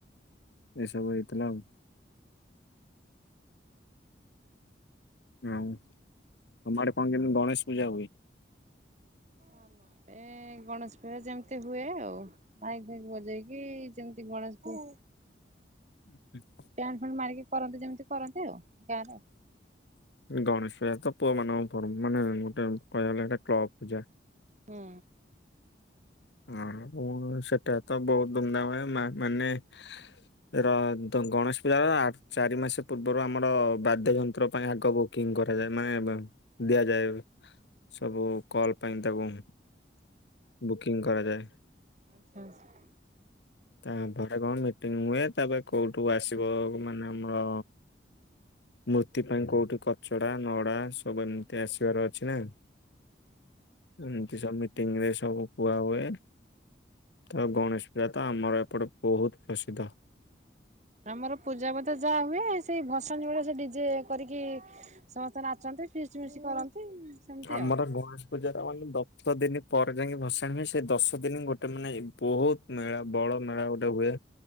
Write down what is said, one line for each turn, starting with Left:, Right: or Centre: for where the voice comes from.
Left: ଏସବୁ ହେଇଥିଲା ଆଉ। ହଁ ତମ ଆଡେ କଁ କେମିତି ଗଣେଶ ପୂଜା ହୁଏ?
Right: ଆମ ଆଡ଼େ ଏ ଗଣେଶ ପୂଜା ଯେମିତି ହୁଏ ଆଉ ମାଇକି ଫାଇକି ବଜେଇକି ଯେମତି ଗଣେଶ ପୂ
Left: ଆ
Right: ଟେଣ୍ଟ ଫେଣ୍ଟ ମାରିକି କରନ୍ତି ଯେମିତି କରନ୍ତି ଆଉ ଗାଁରେ।
Left: ଗଣେଶ ପୂଜା ତ ପୁଅମାନଙ୍କ ପର ମାନେ ଗୋଟେ କହିବାକୁ ଗଲେ ଗୋଟେ କ୍ଲବ ପୂଜା।
Right: ହୁଁ
Left: ହଁ ଓ ସେଟା ତ ବହୁ ଧୁମଧାମରେ ମା ମାନେ ର ଦ ଗଣେଶ ପୂଜାର ଆ ଚାରି ମାସେ ପୂର୍ବରୁ ଆମର ବାଦ୍ୟ ଯନ୍ତ୍ର ପାଇଁ ଆଗ ବୁ କିଂ କରାଯାଏ ମାନେ ବା ଦିଆଯାଏ ସବୁ କଲ୍ ପାଇଁ ତାକୁ। ବୁକିଂ କରାଯାଏ।
Right: ଆଚ୍ଛା।
Left: ତାପରେ କଣ ମିଟିଙ୍ଗି ହୁଏ ତାପରେ କୋଉଠୁ ଆସିବ ମାନେ ଆମର ମୂର୍ତ୍ତି ପାଇଁ କୋଉଠି କଚଡା ନଡା ସବୁ ଏମିତି ଆସିବାର ଅଛି ନା। ଏମିତି ସବୁ ମିଟିଙ୍ଗରେ ସବୁ କୁହା ହୁଏ। ଆଉ ଗଣେଶ ପୂଜା ତ ଆମର ଏପଟେ ବହୁତ ପ୍ରସିଦ୍ଧ।
Right: ଆମର ପୂଜା କଥା ଯାହା ହୁଏ, ସେଇ ଭସାଣି ବେଳେ ସେ ଡିଜେ କରିକି ସମସ୍ତେ ନାଚନ୍ତି ଫିଷ୍ଟ୍ ଫିଷ୍ଟ୍ କରନ୍ତି ସେମିତି
Left: ଆମର
Right: ଆଉ।
Left: ଗଣେଶ ପୂଜାର ମାନେ ଦଶ ଦିନ ପରେ ଯାଇକି ଭସାଣି ହୁଏ। ସେ ଦଶ ଦିନ ଗୋଟେ ମାନେ ବହୁତ ମେଳା ବଳ ମେଳା ଗୋଟେ ହୁଏ